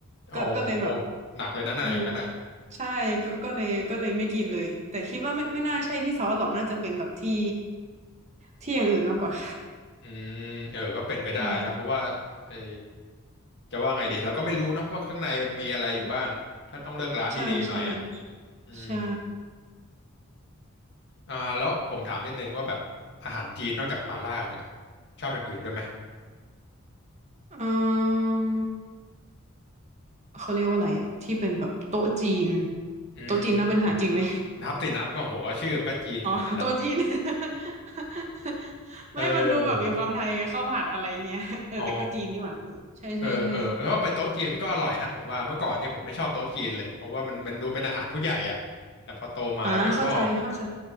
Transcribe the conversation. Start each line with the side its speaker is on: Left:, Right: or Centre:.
Left: โอ้โห
Right: ก็ก็เลยแบบ
Left: หนักเลยนะน่ะอย่างนั้นอ่ะ
Right: อืมใช่ก็ก็เลยก็เลยไม่กินเลยแต่คิดว่าไม่ไม่น่าใช่ที่ซอสหรอกน่าจะเป็นแบบที่ที่อย่างอื่นมากกว่า
Left: อืมเออก็เป็นไปได้นะเพราะว่าเออ
Right: <laughs> ใช่
Left: จะว่าไงดีเราก็ไม่รู้เนาะว่าข้างในมันมีอะไรอยู่บ้างถ้าต้องเลือกร้านดีๆหน่อยอ่ะ
Right: ใช่ใช่
Left: อืม
Right: ใช่
Left: อ่าแล้วผมถามนิดนึงว่าแบบอาหารจีนนอกจากหม่าล่าเนี่ยชอบอย่างอื่นด้วยไหม
Right: อืมเขาเรียกว่าอะไรอะที่เป็นแบบโต๊ะจีน
Left: อืม
Right: โต๊ะจีนน่าเป็นอาหารจีนไหม
Left: นับสินับก็โหชื่อมันก็จีนขนาดนั้นละ
Right: อ๋อโต๊ะจีน <laughs>
Left: <laughs>
Right: ไม่มันดูแบบมีความไทยไงข้าวผัดอะไรเงี้ยเออแต่ก็จีนนี่หว่าเออใช่ใช่ใช่
Left: เอออ๋อเออเออแล้วว่าไปโต๊ะจีนมันก็อร่อยนะผมว่าเมื่อก่อนนี่ผมไม่ชอบโต๊ะจีนเลยเพราะว่ามันมันดูเป็นอาหารผู้ใหญ่อะแต่พอโตมาแล้วก็ชอบ
Right: อ่าเข้าใจเข้าใจ